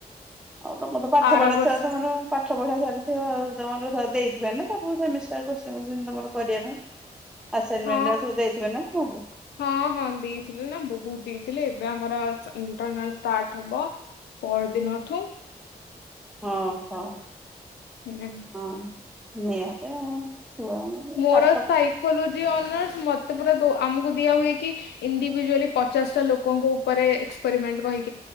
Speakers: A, in the centre; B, on the left.
A: ଆଉ ତମର ତ ପାଠ
B: ଆର
A: ପଢା
B: ବର୍ଷ
A: ଛୁଆ ତମର ପାଠ ପଢା ଚାଲିଥିବ ଆଉ ତମର ଦେଇଥିବ ନା ସବୁ ସେମିଷ୍ଟାର <unintelligible> ତମର କରିବା ପାଇଁ ଆସାଇନମେଣ୍ଟ
B: ହଁ
A: ଗୁରା ସବୁ ଦେଇଥିବେ ନା ତମକୁ
B: ହଁ ହଁ ଦେଇଥିଲ ନା ବୋହୁତ ଦେଇ ହେଲେ ଏବେ ଆମର ଇଣ୍ଟର୍ଣାଲ୍ ଷ୍ଟାର୍ଟ ହବ ପର୍ ଦିନ ଠୁ।
A: ହଁ ହଁ।
B: ହୁଁ।
A: ହଁ <unintelligible>
B: ମୋର
A: ପାଠ
B: ସାାଇକୋଲ୍ ଅନର୍ସ ମତେ ପୁର ଆମକୁ ଦିଆ ହଏ କି ଇଣ୍ଡିଭିଜୁଆଲି ପଚାଶଟା ଲୋକଙ୍କ ଉପରେ ଏକ୍ସପେରିମେଣ୍ଟ କହି